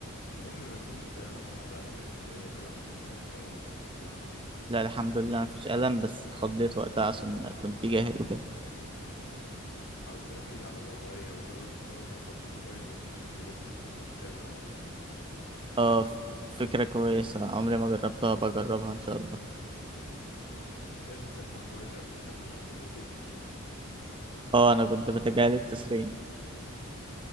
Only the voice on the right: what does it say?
لا الحمد لله مفيش ألم بس اتخضيت وقتها عشان كنت جاهل وكده
اه
فكرة كويسة عمري ما جربتها بجربها ان شاء الله
اه انا كنت بتجاهل التسخين